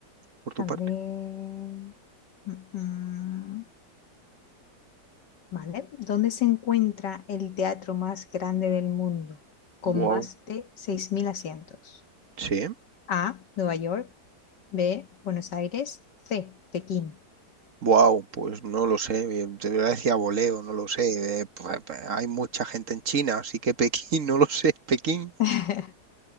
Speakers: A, on the right; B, on the left.
A: por tu
B: A ver.
A: parte.
B: Mm, mm. ¿vale? ¿Dónde se encuentra el teatro más grande del mundo, con
A: Wow.
B: más de 6.000 asientos?
A: Sí.
B: A, Nueva York, B, Buenos Aires, C, Pekín.
A: Wow, pues no lo sé, eh, de decía voleo, no lo sé. eh, pues, eh, hay mucha gente en China, así que Pekín, <laughs> no lo sé. Pekín.
B: <laughs>